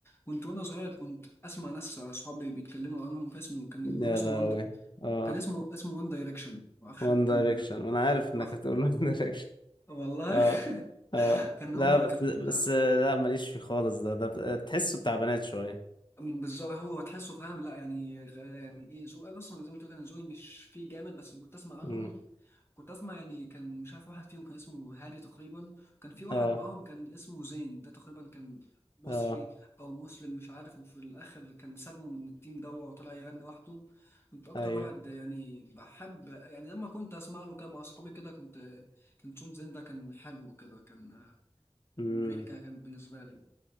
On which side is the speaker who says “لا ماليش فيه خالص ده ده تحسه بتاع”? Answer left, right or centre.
Left